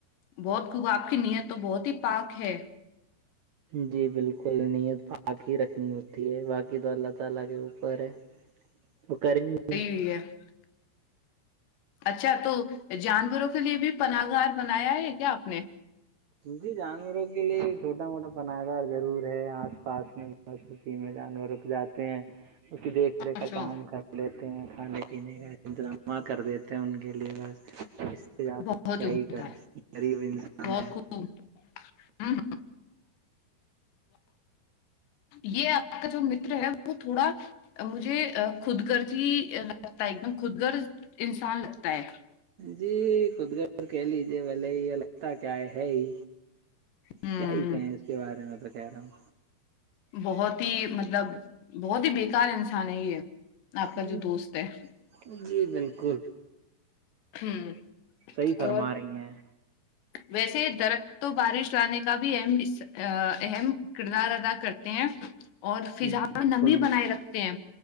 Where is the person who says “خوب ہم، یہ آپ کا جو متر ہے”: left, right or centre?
Left